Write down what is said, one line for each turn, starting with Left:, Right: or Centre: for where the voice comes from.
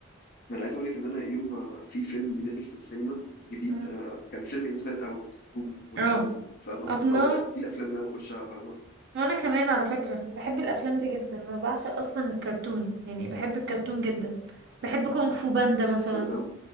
Left: انا عايز اقول لك ان انا يوم ما في فيلم نزل في السينما جديد
Right: مم.
Left: انا كان فيلم انسايد اوت 2 ودخلته
Right: اه
Left: فاهمه
Right: الله
Left: <laughs> هو ده دي الافلام اللي انا بخشها فاهمه
Right: وانا كمان على فكرة بحب الافلام دي جدا انا بعشق اصلا الكرتون يعني بحب الكرتون جدا بحب كونغ فو باندا مثلا
Left: انسايد اوت